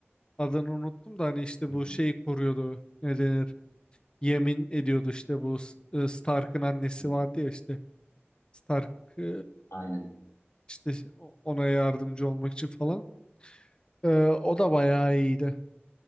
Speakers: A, on the left (about 20°); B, on the left (about 85°).
A: adını unuttum da hani işte
B: Hı hı,
A: bu şeyi koruyordu ne denir yemin ediyordu işte bu S- e, Stark'ın annesi
B: hı hı.
A: vardı ya işte Stark e,
B: Aynen.
A: işte ona yardımcı olmak için falan E, o da bayağı iyiydi.